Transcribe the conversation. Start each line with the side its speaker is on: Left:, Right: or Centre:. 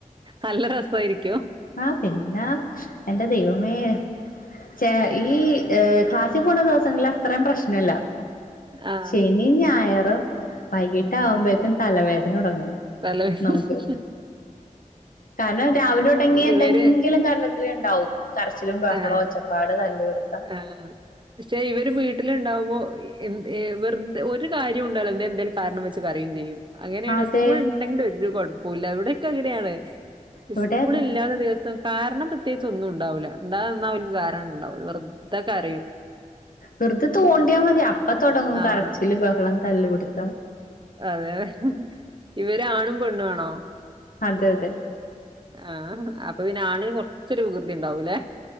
Right: നല്ല രസായിരിക്കും.
Left: ആഹ് പിന്നെ എന്റെ ദൈവം മ <unintelligible> ചേ ഈ ക്ലാസ്സിൽ പോണ ദിവസങ്ങളിൽ അത്രയും പ്രശ്നല്ല
Right: ആഹ്.
Left: ശനിം ഞായറും വൈകിട്ടാവുമ്പേക്കും തലവേദന തുടങ്ങും
Right: പല <unintelligible>
Left: നമുക്ക് കാരണം രാവിലെ ഉടങ്ങിയ
Right: ഇവര്
Left: എന്തെങ്കിലും കരണത്തില് ഉണ്ടാവും കരച്ചിലും ബഹളവും
Right: ആഹ്
Left: ഒച്ച തല്ലിടുത്താം
Right: ആഹ് പക്ഷെ ഇവർ വീട്ടില്ണ്ടാവുമ്പോ എ ന് വെർതെ ഒരു കാര്യം ഉണ്ടാവ്ല എന്ത എന്തേലും കാരണം വെച്ച് കരയും ചെയ്യും അങ്ങനെയാണ്
Left: അതെ
Right: സ്കൂള് ഉണ്ടെങ്കിൽ ഒരു കുഴപ്പൊല്ല എവിടെക്കെ അങ്ങനെയാണ്
Left: ഇവിടെ
Right: സ്കൂളില്ലാത്ത
Left: അതെ
Right: ദിസം കാരണം പ്രത്യേകിച്ച് ഒന്നും ഉണ്ടാവൂല്ല എന്താന്നാ അവർക്ക് കാരണം ഇണ്ടാവില്ല വെർതെ കരയും
Left: വെറ്തെ തോണ്ടിയാൽ മതി അപ്പ തൊടങ്ങും
Right: ആഹ്.
Left: കറച്ചില് ബഹളം തല്ലുപിടുത്തം
Right: അതെതെ ഇവരാ ആണും പെണ്ണും ആണോ
Left: അതെ അതെ
Right: ആഹ് അപ്പൊ പിനാണിന് കൊർച്ചൊരു വികൃതി ഉണ്ടാവൂല്ലേ